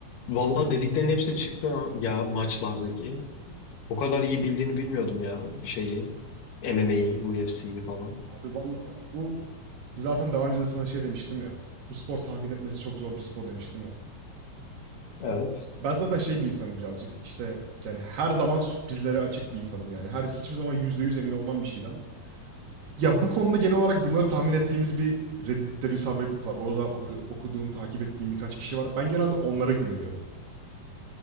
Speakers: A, on the left; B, on the right.
A: Valla dediklerin hepsi çıktı ya maçlardaki. O kadar iyi bildiğini bilmiyordum ya şeyi. MMA'yi, UFC'yi falan.
B: Abi vallahi bak bu zaten daha önce de sana şey demiştim ya. Bu spor tahmin etmesi çok zor bir spor demiştim ya.
A: Evet.
B: Ben zaten şey bir insanım birazcık. İşte yani her zaman sürprizlere açık bir insanım yani. Her hiçbir zaman %100 emin olmam bir şeyden. Ya bu konuda genel olarak bunları tahmin ettiğimiz bir Reddit'te bir subreddit var. Orada oku- okuduğum, takip ettiğim birkaç kişi var. Ben genelde onlara güveniyorum.